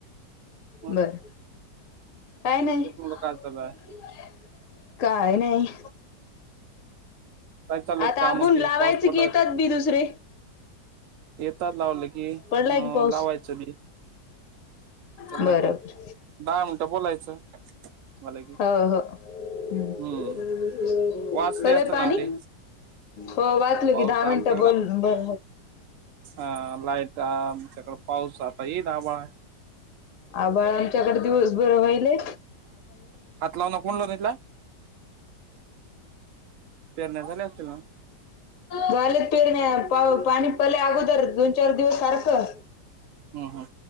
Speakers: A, on the right; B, on the left.
A: मग
B: बरं काय नाही.
A: तेच म्हणलं काय चालू आहे
B: <inaudible> काय नाही
A: काय चाललंय
B: आता
A: काम
B: आपण
A: कि
B: लावायचं
A: पाऊस पडला
B: की येतात.
A: तिकडे
B: का दुसरे?
A: येतात लावलंकी अ
B: पडलाय की पाऊस
A: लावायचं पण. जमलं
B: बरोबर
A: का दहा मिनटं बोलायचं. झालं की
B: हो हो <inaudible> <inaudible>
A: हम्म वाचली
B: कले
A: असेल
B: पाणी
A: ना ते
B: हो वाचलं
A: पाऊस
B: की दहा मिनिटं
A: आमच्याकडं
B: बोल ब
A: हा लाईट आमच्याकड पाऊस आता येईल आभाळ आहे.
B: आभाळ आमच्याकडे दिवसभर राहिले
A: हात लावु नको कोण घेतला इथला पेरण्या झाले असतील ना?
B: झाल्यात पेरण्या, पाणी पडल्या अगोदर दोन, चार दिवस सारखं
A: हम्म